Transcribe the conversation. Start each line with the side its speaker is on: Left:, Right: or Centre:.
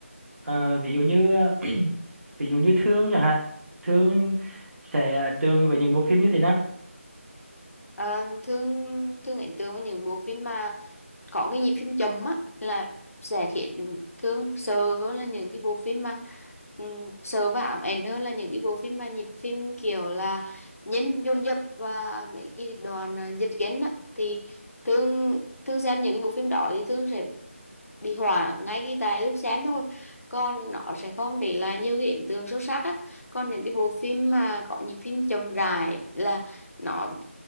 Right: Ờ, ví dụ như ví dụ như Thương chẳng hạn Thương sẽ ấn tượng với những bộ phim như thế nào
Left: Ờ, thương thương ấn tượng với những bộ phim mà có cái nhịp phim chậm á là sẽ khiến thương sợ hơn là những cái bộ phim mà um, sợ và ám ảnh hơn là những cái bộ phim mà nhịp phim kiểu là nhấn dồn dập và mấy cái đoạn à, giật gân á thì thương thương xem những cái bộ phim đó thì thương sẽ bị hỏa ngay khi tại lúc sáng thôi còn nó sẽ không để lại nhiều cái ấn tượng sâu sắc á còn những cái bộ phim mà có nhịp phim chậm rãi là nó